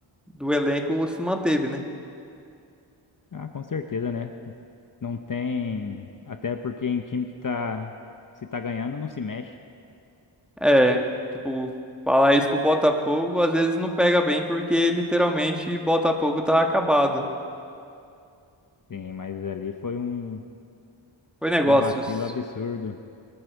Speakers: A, in the centre; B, on the left.
A: do elenco se manteve, né?
B: ah, com certeza, né? Não tem, até porque em time que tá, se tá ganhando, não se mexe.
A: É, tipo, falar isso pro Botafogo às vezes não pega bem porque literalmente Botafogo tá acabado.
B: Sim, mas ali foi um,
A: Foi negócios.
B: um vacilo absurdo